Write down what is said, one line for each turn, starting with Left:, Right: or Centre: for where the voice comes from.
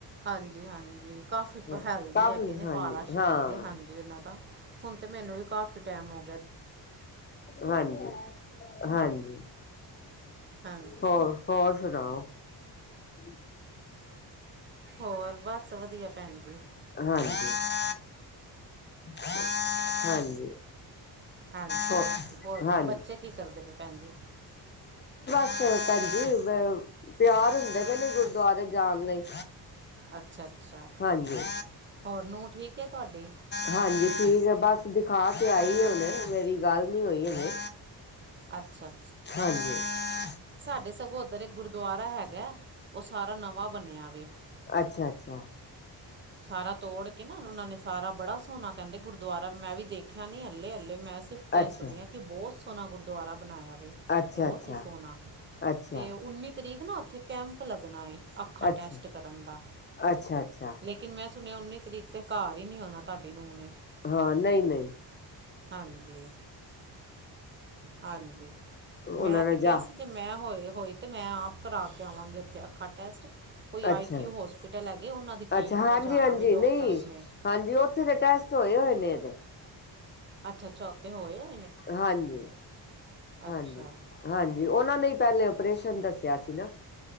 Right: ਹਾਂਜ ਜੀ ਹਾਂਜੀ, ਕਾਫੀ
Left: ਹਾਂ
Right: ਹੈਲਦੀ
Left: ਕਾਫੀ
Right: ਹੈਗੇ ਨੇ
Left: ਹਾਂਜੀ
Right: ਭਾਰਾ ਸਰੀਰ
Left: ਹਾਂ
Right: ਹੈ ਹਾਂਜੀ, ਉਹਨਾਂ ਦਾ। ਹੁਣ ਤੇ ਮੈਨੂੰ ਵੀ ਕਾਫੀ ਟਮ ਨਮੋ
Left: ਹਾਂਜੀ-ਹਾਂਜੀ।
Right: ਹਾਂਜੀ
Left: ਹੋਰ-ਹੋਰ ਸੁਣਾਓ। ਹੂੰ।
Right: ਹੋਰ ਬਸ ਵਧੀਆ ਭੈਣ ਜੀ।
Left: ਹਾਂਜੀ ਹਾਂਜੀ।
Right: ਹਾਂਜੀ-ਹਾਂਜੀ,
Left: ਹੋ
Right: ਹੋਰ
Left: ਹਾਂਜੀ
Right: ਬੱਚੇ ਕੀ ਕਰਦੇ ਪਏਂ ਭੈਣਂ ਜੀ?
Left: ਭੈਣਜੀ ਤਿਆਰ ਹੁੰਦੇ ਪਯੇ ਨੇ ਗੁਰਦੁਆਰੇ ਜਾਣ ਲਈ।
Right: ਅੱਛਾ-ਅੱਛਾ,
Left: ਹਾਂਜੀ
Right: ਹੋਰ ਨੂੰਹ ਠੀਕ ਹੈ। ਤੁਹਾਡੀ
Left: ਹਾਂਜੀ, ਠੀਕ ਹੈ ਬਸ ਦਿਖਾ ਕੇ ਆਈ ਹੈ ਹੁਨੇ। ਮੇਰੀ ਗੱਲ ਨੀ ਹੋਈ ਅਜੇ।
Right: ਅੱਛਾ।
Left: ਹਾਂਜੀ।
Right: ਸੱਤ ਇਧਰ ਇੱਕ ਗੁਰਦੁਆਰਾ ਹੈਗਾ। ਉਹ ਸਾਰਾ ਨਵਾਂ ਬਣਿਆ ਵੇ।
Left: ਅੱਛਾ-ਅੱਛਾ।
Right: ਸਾਰਾ ਤੋੜ ਕੇ ਨਾ ਉਹਨਾਂ ਨੇ ਸਾਰਾ ਬੜਾ ਸੋਹਣਾ ਕਹਿੰਦੇ ਗੁਰਦੁਆਰਾ ਮੈਂ ਵੀ ਦੇਖਿਆ ਨੀ ਹਲੇ-ਹਲੇ ਮੈਂ ਸਿਫਤਾਂ
Left: ਅੱਛਾ
Right: ਹੀ ਸੁੱਣੀ ਹ ਕਿ ਬਹੁਤ ਸੋਹਣਾ ਗੁਰਦੁਆਰਾ ਬਣਾਇਆ।
Left: ਅੱਛਾ
Right: ਬਹੁਤ
Left: ਅੱਛਾ
Right: ਹੀ ਸੋਹਣਾ
Left: ਅੱਛਾ
Right: ਤੇ ਉੱਨੀ ਤਰੀਕ ਨਾ ਉੱਥੇ ਕੈਂਪ ਲੱਗਣਾ ਏ। ਅੱਖਾਂ
Left: ਅੱਛਾ-ਅੱਛਾ-ਅੱਛਾ
Right: ਟੈਸਟ ਕਰਨ ਦਾ ਲੇਕਿਨ ਮੈਂ ਸੁਣਿਆ ਉੱਨੀ ਤਰੀਕ ਤੇ ਘਰ ਹੀ ਨੀ ਹੋਣਾ ਤੁਹਾਡੀ ਨੂੰਹ ਨੇ।
Left: ਹਾਂ ਨਹੀਂ-ਨਹੀਂ।
Right: ਹਾਂਜੀ। ਹਾਂਜੀ।
Left: ਉਹਨਾਂ
Right: ਮੈਂ
Left: ਨੇ
Right: ਤੇ ਕਿਹਾ
Left: ਜਾ
Right: ਸੀ ਜੇ ਮੈਂ ਹੋਏ। ਹੋਏ ਤੇ ਮੈਂ ਆਪ ਕਰਾ ਕੇ ਆਵਾਂਗੀ ਉੱਥੇ ਅੱਖਾਂ ਟੈਸਟ ਕੋਈ
Left: ਅੱਛਾ-ਅੱਛਾ
Right: ਆਈ ਕਿਊ ਹੌਸਪੀਟਲ ਹੈਗੇ ਉਹਨਾਂ ਦੀ ਟੀਮ ਨੇ
Left: ਹਾਂਜੀ-ਹਾਂਜੀ
Right: ਜਾਣਾ ਵੇ ਡਾਕਟਰਸ
Left: ਨਹੀਂ
Right: ਨੇ
Left: ਹਾਂਜੀ ਉੱਥੇ ਦੇ ਟੈਸਟ ਹੋਏ ਓਏ ਨੇ <unintelligible>
Right: ਅੱਛਾ- ਅੱਛਾ ਓਥੇ ਹੋਏ ਆ।
Left: ਹਾਂਜੀ-ਹਾਂਜੀ-ਹਾਂਜੀ
Right: ਅੱਛਾ
Left: ਉਹਨਾਂ ਨੇ ਪਹਿਲੇ ਆਪ੍ਰੇਸ਼ਨ ਦੱਸਿਆ ਸੀ ਨਾ